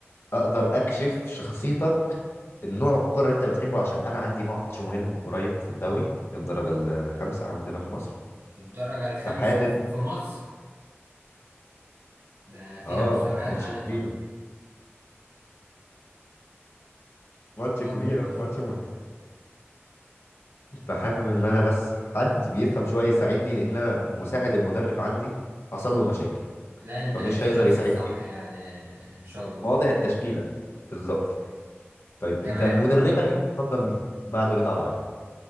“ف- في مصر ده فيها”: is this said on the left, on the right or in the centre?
Right